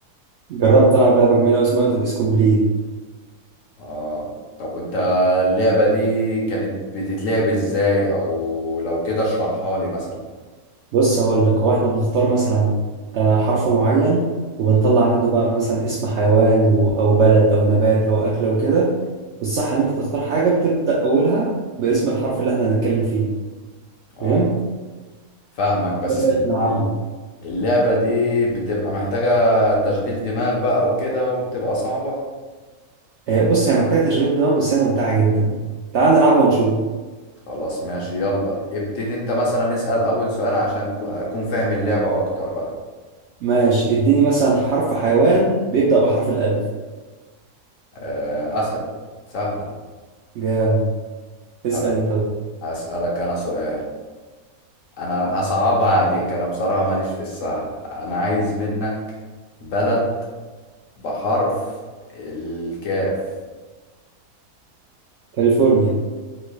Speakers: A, on the right; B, on the left.
A: جربت ألعب لعبة جميلة أوي اسمها أتوبيس كومبليت
B: اه طب وانت اللعبة دي كانت بتتلعب ازاي او لو كده اشرحها لي مثلا
A: بص هقول لك هو إحنا بنختار مثلا آه، حرف معين وبنطلع منه بقى مثلا اسم حيوان و- أو بلد أو نبات أو أكلة وكده والصح إن أنت تختار حاجة بتبدأ أولها باسم الحرف اللي إحنا هنتكلم فيه
B: اه
A: فهمت؟
B: فاهمك بس
A: إيه رأيك
B: ال-
A: نلعبها
B: ال- اللعبة دي بتبقى محتاجة تشغيل دماغ بقى وكده وبتبقى صعبة
A: آه، بص هي محتاجة تشغيل دماغ بس هي ممتعة جدا تعال نلعبها ونشوف
B: خلاص ماشي يلا ابتدي انت مثلا اسأل أول سؤال عشان كو- أكون فاهم اللعبة أكتر بقى
A: ماشي اديني مثلا حرف حيوان بيبدأ بحرف الألف
B: آه، أسد سهلة
A: جام اسأل
B: طيب
A: أنت
B: أسألك أنا سؤال أنا هصعبها عليك أنا بصراحة ماليش في السهل أنا عايز منك بلد بحرف الكاف
A: كاليفورنيا